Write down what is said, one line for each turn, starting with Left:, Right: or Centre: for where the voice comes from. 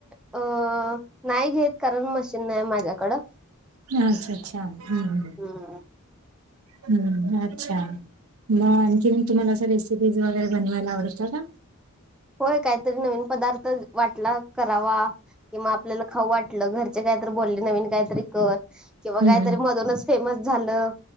Centre: अ नाही घेत कारण म शिन नाही आहे माझ्याकड
Right: अच्छा अच्छा हम्म
Centre: हम!
Right: हम्म अच्छा! आणखी मी तुम्हाला असं रेसिपीज वगैरे बनवायला आवडत का?
Centre: होय काहीतरी नवीन पदार्थ वाटला करावा किंवा आपल्याला खाऊ वाट म्हटलं घरचे कायतरी बोलले नवीन काहीतरी कर, किंवा
Right: हम्म
Centre: काहीतरी मधूनच फेमस झालं.